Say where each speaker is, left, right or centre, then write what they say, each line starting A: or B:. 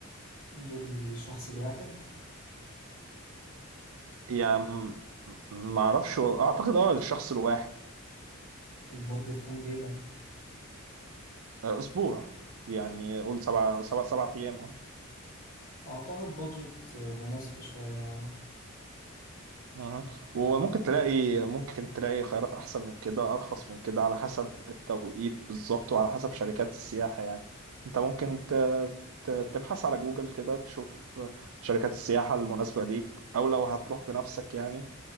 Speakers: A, on the left; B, on the right.
A: دول للشخص الواحد
B: يعني م- ما اعرفش وال- اعتقد اه للشخص الواحد
A: لمدة كام ليلة
B: اسبوع يعني قول سبع سبع سبع ايام
A: اعتقد بادجت مناسبة شوية يعني
B: اها وممكن تلاقي ممكن تلاقي خيارات احسن من كده ارخص من كده على حسب التوقيت بالظبط وعلى حسب شركات السياحة يعني انت ممكن ت... ت- تبحث على جوجل كده تشوف شركات السياحة المناسبة ليك او لو هتروح بنفسك يعني